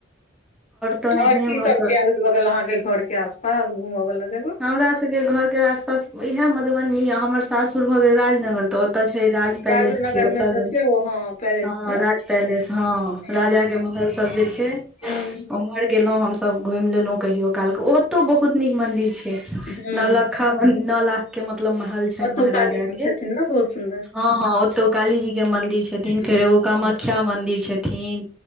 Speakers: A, in the centre; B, on the left.
A: तऽ नहिये
B: और की
A: भऽ
B: सब
A: सक
B: छै अगल बगल अहाँ के घर के आसपास घूम वाल्ला जगह
A: हमरा सबके घरके आसपास इएहे मधुबनी हमर सासुर भऽ गेल राजनगर तऽ ओ ओतऽ छै राज पैलेस
B: राजो नगर
A: छै ओतऽ
B: मे तऽ
A: गेल
B: छै ओ हँ पैलेस
A: हँ
B: सब
A: राज पैलेस हँ
B: हूँ
A: राजा के महल सब जे छै
B: हूँ
A: उम्हरे गेलौ हमस घुइमि लेलहु कहियो काल के ओतौ बहुत नीक मंदिर छै
B: हूँ
A: नौलक खा नौलाख के मतलब महल छैन
B: ओतौ
A: महाराजा
B: काली जी
A: के
B: छथिन ने बहुत सुन्दर
A: हँ हँ ओतौ काली जी के मंदिर छथिन
B: हूँ,
A: फेर एगो कामख् ख्या मंदिर छथिन